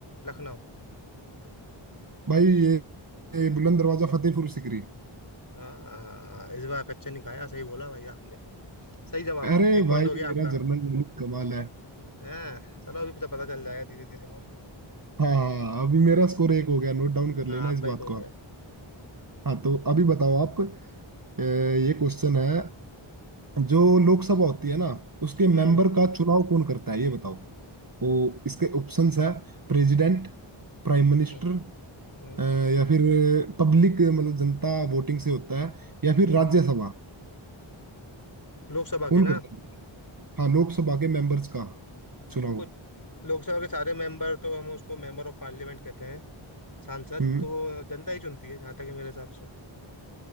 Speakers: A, on the left; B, on the right.
A: लखनऊ
B: भाई ये, ये बुलंद दरवाजा फतेहपुर सिकरी
A: आ, इस बार कच्चा नहीं खाया सही बोला भाई आपने सही जवाब
B: अरे
A: एक पॉइंट
B: भाई
A: हो गया
B: मेरा
A: आपका
B: जर्नल नॉलेज कमाल है
A: हाँ चलो अभी तो पता चल जाएगा धीरे धीरे और
B: हाँ अभी मेरा स्कोर एक हो गया नोट डाउन कर
A: हाँ
B: लेना
A: आपका
B: इस
A: एक
B: बात
A: हो
B: को
A: गया
B: आप
A: है
B: हाँ तो अभी बताओ आप अ, ये क्वेश्चन है जो लोकसभा होती है ना उसके मेंबर
A: हम्म
B: का चुनाव कौन करता है ये बताओ तो इसके ऑप्शंस है प्रेसिडेंट प्राइम मिनिस्टर
A: हम्म हम्म
B: अ, या फिर पब्लिक मतलब जनता वोटिंग से होता है या फिर
A: हम्म।
B: राज्यसभा
A: लोकसभा के
B: कौन
A: ना
B: करता है हाँ लोकसभा के मेंबर्स का चुनाव
A: देखो लोकसभा के सारे मेंबर तो हम उसको मेंबर ऑफ पार्लियामेंट कहते हैं सांसद
B: हम्म
A: तो जनता ही चुनती है जहाँ तक है मेरे हिसाब से